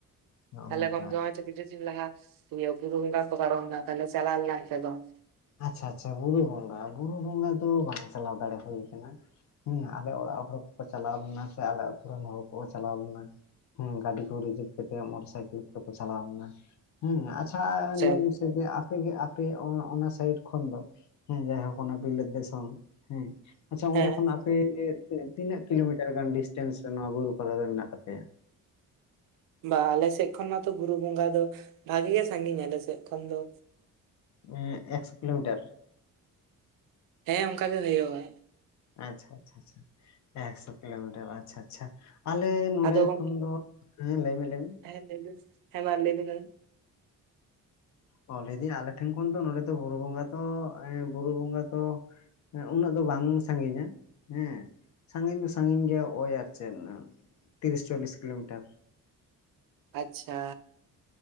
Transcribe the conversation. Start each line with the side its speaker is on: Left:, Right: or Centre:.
Left: ᱱᱚᱜᱼᱚ
Right: ᱛᱟᱦᱮᱞᱮ
Left: ᱱᱚᱝᱠᱟ
Right: ᱜᱚᱢᱠᱮ ᱦᱚᱸᱜᱼᱚᱭ ᱠᱤᱪᱷᱩ ᱪᱤᱱ ᱞᱟᱦᱟ ᱚ ᱣᱤᱭᱳ ᱵᱩᱨᱩ ᱵᱚᱸᱜᱟ ᱠᱚ ᱯᱟᱨᱚᱢ ᱮᱱᱟ ᱛᱟᱦᱮᱞᱮ ᱪᱟᱞᱟᱣ ᱞᱮᱱᱟᱢ ᱥᱮ ᱵᱟᱝ?
Left: ᱟᱪᱪᱷᱟ ᱟᱪᱪᱷᱟ ᱵᱩᱨᱩ ᱵᱚᱸᱜᱟ ᱵᱩᱨᱩ ᱵᱚᱸᱜᱟ ᱫᱚ ᱵᱟᱝ ᱪᱟᱞᱟᱣ ᱫᱟᱲᱮ ᱦᱩᱭ ᱠᱟᱱᱟ᱾ ᱦᱩᱸ ᱟᱞᱮ ᱚᱲᱟᱜ ᱦᱚᱲ ᱠᱚᱠᱚ ᱪᱟᱞᱟᱣ ᱞᱮᱱᱟ ᱥᱮ ᱟᱞᱮ ᱟᱹᱛᱩ ᱨᱮᱱ ᱦᱚᱲ ᱠᱚᱠᱚ ᱪᱟᱞᱟᱣ ᱞᱮᱱᱟ, ᱦᱩᱸ ᱜᱟᱹᱰᱤ ᱠᱚ ᱨᱤᱡᱟᱹᱵᱽ ᱠᱮᱛᱮᱜ ᱢᱚᱴᱚᱨ ᱥᱟᱭᱠᱮᱞ ᱠᱚᱛᱮ ᱠᱚ ᱪᱟᱞᱟᱣ ᱞᱮᱱᱟ᱾ ᱦᱩᱸ ᱟᱪᱪᱷᱟᱼᱟ
Right: ᱟᱪᱪᱷᱟ
Left: ᱞᱟᱹᱭ ᱢᱮᱥᱮ ᱡᱮ ᱟᱯᱮ ᱜᱮ ᱟᱯᱮ ᱚᱱ ᱚᱱᱟ ᱥᱮ ᱥᱟᱹᱭᱤᱰ ᱠᱷᱚᱱ ᱫᱚ ᱦᱮᱸ ᱡᱟᱭᱦᱩᱠ ᱚᱱᱟ ᱵᱤᱞᱟᱹᱫᱽ ᱫᱤᱥᱚᱢ ᱦᱮᱸ ᱟᱪᱪᱷᱟ ᱚᱸᱰᱮ
Right: ᱦᱮᱸ
Left: ᱠᱷᱚᱱ ᱟᱯ ᱯᱮᱻ ᱛᱤᱱ ᱛᱤᱱᱟᱹᱜ ᱠᱤᱞᱳᱢᱤᱴᱟᱹᱨ ᱜᱟᱱ ᱰᱤᱥᱴᱮᱱᱥ ᱨᱮ ᱱᱚᱣᱟ ᱵᱩᱨᱩ ᱯᱟᱛᱟ ᱫᱚ ᱢᱮᱱᱟᱜ ᱛᱟᱯᱮᱭᱟ?
Right: ᱵᱟᱝᱼᱟ ᱟᱞᱮ ᱥᱮᱜ ᱠᱷᱚᱱ ᱢᱟ ᱛᱚ ᱵᱩᱨᱩ ᱵᱚᱸᱜᱟ ᱫᱚ ᱵᱷᱟᱜᱮ ᱜᱮ ᱥᱟᱺᱜᱤᱧᱼᱟ, ᱟᱞᱮ ᱥᱮᱜ ᱠᱷᱚᱱ ᱫᱚ᱾
Left: ᱮᱸ ᱮᱠ ᱥᱚ ᱠᱤᱞᱳᱢᱤᱴᱟᱨ?
Right: ᱦᱮᱸ ᱚᱝᱠᱟ ᱜᱮ ᱦᱩᱭᱩᱜᱼᱟ᱾
Left: ᱟᱪᱪᱷᱟ ᱟᱪᱪᱷᱟ ᱟᱪᱪᱷᱟ ᱮᱠ ᱥᱚ ᱠᱤᱞᱳᱢᱤᱴᱟᱹᱨ ᱟᱪᱪᱷᱟ ᱟᱪᱪᱷᱟ ᱟᱞᱮ ᱱᱚᱰᱮ
Right: ᱟᱫᱚ ᱜᱚᱝᱠᱮ
Left: ᱠᱷᱚᱱ ᱫᱚ, ᱦᱮᱸ ᱞᱟᱹᱭ ᱢᱮ ᱞᱟᱹᱭ ᱢᱮ?
Right: ᱦᱮᱸ ᱞᱟᱹᱭᱵᱮᱱ᱾ ᱦᱮᱸ ᱢᱟ ᱞᱟᱹᱭ ᱵᱤᱱ ᱟᱹᱵᱤᱱ᱾
Left: ᱚᱻ ᱞᱟᱹᱭᱫᱟᱹᱧ ᱟᱞᱮ ᱴᱷᱮᱱ ᱠᱷᱚᱱ ᱫᱚ ᱱᱚᱰᱮ ᱫᱚ ᱵᱩᱨᱩ ᱵᱚᱸᱜᱟ ᱫᱚ ᱮᱸ ᱵᱩᱨᱩ ᱵᱚᱸᱜᱟ ᱫᱚ ᱩᱱᱟᱹᱜ ᱫᱚ ᱵᱟᱝ ᱥᱟᱺᱜᱤᱧᱟ ᱦᱮᱸ᱾ ᱥᱟᱺᱜᱤᱧ ᱫᱚ ᱥᱟᱺᱜᱤᱧ ᱜᱮᱭᱟ ᱳᱭ ᱟᱨ ᱪᱮᱫ ᱛᱤᱨᱤᱥ ᱪᱚᱞᱞᱤᱥ ᱠᱤᱞᱳ ᱢᱤᱴᱟᱨ᱾
Right: ᱟᱪᱪᱷᱟ